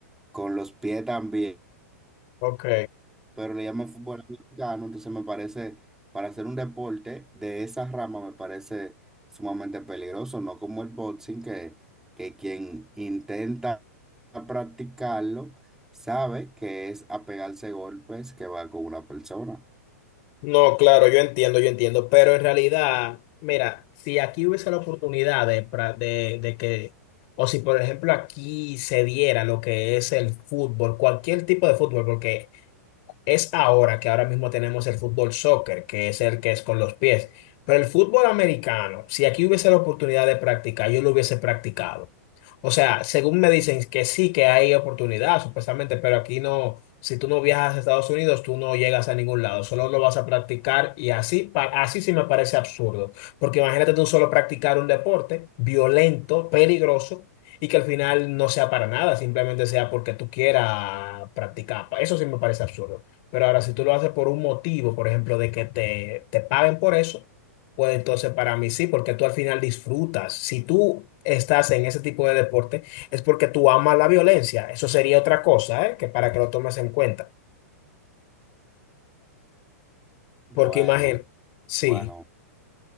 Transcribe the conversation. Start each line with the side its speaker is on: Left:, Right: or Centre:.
Centre: con los pies también,
Left: Ok.
Centre: pero le llaman fútbol americano, entonces me parece, para hacer un deporte de esa rama me parece sumamente peligroso, no como el boxing, que, que quien intenta practicarlo sabe que es apegarse golpes que va con una persona.
Left: No, claro, yo entiendo, yo entiendo, pero en realidad, mira, si aquí hubiese la oportunidad de, pra- de, de que, o si por ejemplo aquí se diera lo que es el fútbol, cualquier tipo de fútbol, porque es ahora que ahora mismo tenemos el fútbol soccer, que es el que es con los pies. Pero el fútbol americano, si aquí hubiese la oportunidad de practicar, yo lo hubiese practicado. O sea, según me dicen que sí, que hay oportunidad, supuestamente, pero aquí no, si tú no viajas a Estados Unidos, tú no llegas a ningún lado, solo lo vas a practicar y así, pa- así sí me parece absurdo, porque imagínate tú solo practicar un deporte violento, peligroso y que al final no sea para nada, simplemente sea porque tú quieras practicar. Eso sí me parece absurdo. Pero ahora, si tú lo haces por un motivo, por ejemplo, de que te, te paguen por eso, pues entonces para mí sí, porque tú al final disfrutas. Si tú estás en ese tipo de deporte, es porque tú amas la violencia. Eso sería otra cosa, ¿eh? Que para que lo tomes en cuenta.
Centre: Bueno,
Left: Porque imagínate, sí.
Centre: bueno.